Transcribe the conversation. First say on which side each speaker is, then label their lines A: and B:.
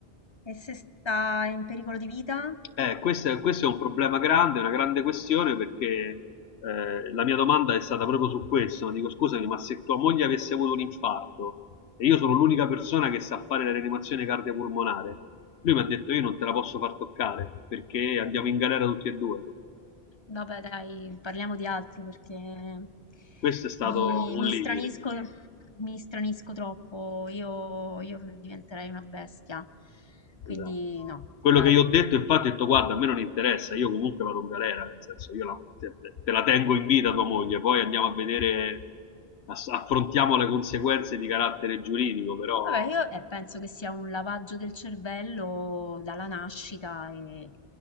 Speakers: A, on the left (about 30°); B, on the left (about 80°).
A: E se sta in pericolo di vita?
B: Eh, questo è, questo è un problema grande, una grande questione perché eh, la mia domanda è stata proprio su questo. Dico scusami, ma se tua moglie avesse avuto un infarto e io sono l'unica persona che sa fare la rianimazione cardiopulmonare, lui mi ha detto io non te la posso far toccare perché andiamo in galera tutti e due.
A: Vabbè, dai, parliamo di altro perché
B: Questo è stato
A: mi,
B: un
A: mi
B: limite.
A: stranisco, mi stranisco troppo. Io, io diventerei una bestia. Quindi
B: Esatto.
A: no,
B: Quello
A: dai.
B: che io ho detto, infatti, ho detto: Guarda, a me non interessa, io comunque vado in galera. Nel senso, io la, te, te la tengo in vita tua moglie, poi andiamo a vedere, ass- affrontiamo le conseguenze di carattere giuridico. Però
A: Vabbè, io eh, penso che sia un lavaggio del cervello dalla nascita e,